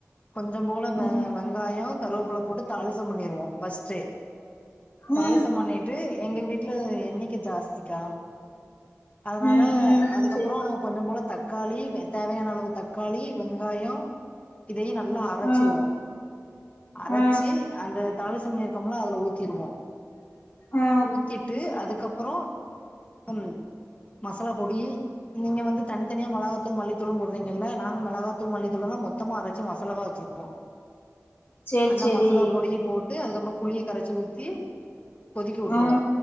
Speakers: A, on the left; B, on the left.
A: கொஞ்சோ போல
B: ம்
A: வெங்காயோ கருவேப்ள போட்டு தாளிச்சும் பண்ணிடுவோ ஃபர்ஸ்ட்டே தாளிசம்
B: ம்
A: பண்ணிட்டு எங்க வீட்ல எண்ணிக்க ஜாஸ்திக்கா அதனால
B: ம் ம்
A: அதுக்கப்றோ
B: சரி
A: கொஞ்சோ போல தக்காளி தேவையான அளவு தக்காளி வெங்காயோ இதையு நல்லா அரைச்சிருவோ
B: ஆ
A: அரச்சி
B: ஆ
A: அந்த தாளிசம் பண்ணியிருக்கமில்ல அதுல ஊத்திருவோ
B: ஆ
A: ஊத்திட்டு அதுக்கப்றோ உம் மசாலா பொடி நீங்க வந்து தனித்தனியா மெளகாத்தூள் மல்லித்தூளும் போட்றீங்கல்ல நாங்க மெளகாத்தூள் மல்லித்தூளெல்லா மொத்தமா அரச்சி மசாலா வா வச்சிருப்போ
B: சரி
A: அந்த
B: சரி
A: மசாலா பொடியுபோட்டு அதுக்கப்றோ புளிய கரச்சி ஊத்தி கொதிக்க வுட்ருவோ
B: ஆ